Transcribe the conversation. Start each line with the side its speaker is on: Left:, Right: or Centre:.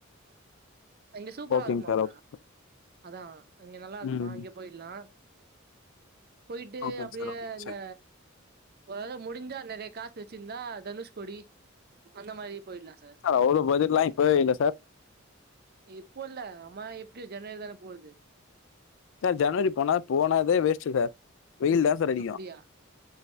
Right: அங்க சூப்பரா
Left: ஓகேங்க
Right: இருக்குமாப்பா
Left: சார் ஓகே
Right: அதா அங்க நல்லாருக்குமா
Left: ம்
Right: இங்க ஆ போயிட்டு
Left: ஓகேங்க
Right: அப்டியே
Left: சார் ஓகே
Right: இந்த
Left: சார்
Right: ஒருத முடிஞ்சா நெறைய ச்சிந்தா தனுஷ்கோடி அந்த மாரி போயிட்லா சார்
Left: அவ்ளோ பட்ஜெட்லா இப்பவே இல்ல சார்
Right: இப்போ இல்ல அம்மா எப்டி ஜனவரி தான போவுது
Left: சார் ஜனவரி போனா போனதே வேஸ்ட்டு சார் வெயில்தா சார் அடிக்கு
Right: அப்படியா